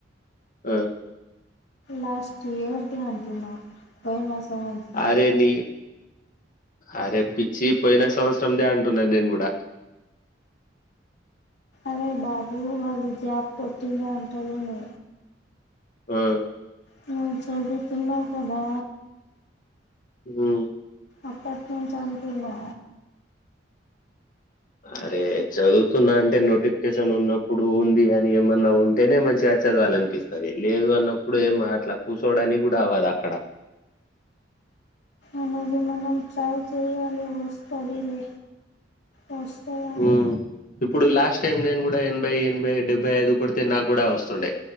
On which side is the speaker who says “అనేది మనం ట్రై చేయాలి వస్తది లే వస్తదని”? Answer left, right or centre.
Left